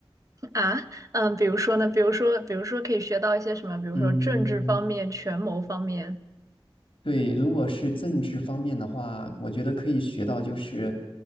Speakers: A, on the right (about 35°); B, on the left (about 65°).
A: 啊，嗯，比如说呢，比如说，比如说可以学到一些什么，比如说政治方面、
B: 嗯，
A: 权谋方面，
B: 对，如果是政治方面的话，我觉得可以学到，就是